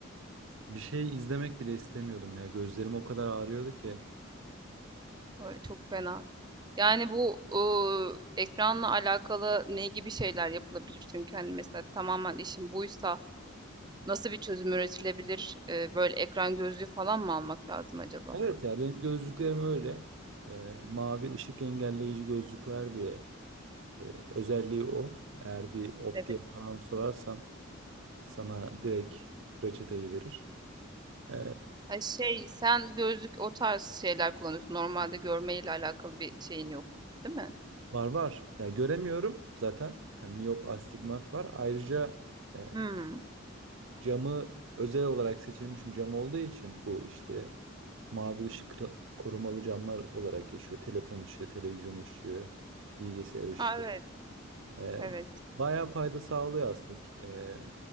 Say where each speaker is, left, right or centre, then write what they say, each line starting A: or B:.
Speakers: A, on the right; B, on the right.
A: bir şey izlemek bile istemiyordum ya. Gözlerim o kadar ağrıyordu ki.
B: Öyle çok fena. Yani bu ıı, ekranla alakalı ne gibi şeyler yapılabilir? Çünkü hani mesela tamamen işin buysa nasıl bir çözüm üretilebilir? Ee, böyle ekran gözlüğü falan mı almak lazım acaba?
A: Evet ya benim gözlüklerim öyle. Ee, mavi ışık engelleyici gözlükler diye. Ee, özelliği o. Eğer bir optiye
B: Evet.
A: falan sorarsan Sana direkt reçeteyi verir. Ee,
B: Ha şey sen gözlük o tarz şeyler kullanıyorsun. Normalde görmeyle alakalı bir şeyin yok, değil mi?
A: var var. Yani göremiyorum zaten. Yani miyop astigmat var. Ayrıca e,
B: Hımm.
A: camı özel olarak seçilmiş bir cam olduğu için bu işte mavi ışık kıra- korumalı camlar olarak geçiyor. Telefon ışığı, televizyon ışığı, bilgisayar ışığı.
B: A, evet,
A: Ee,
B: evet,
A: bayağı fayda sağlıyor aslında. Ee,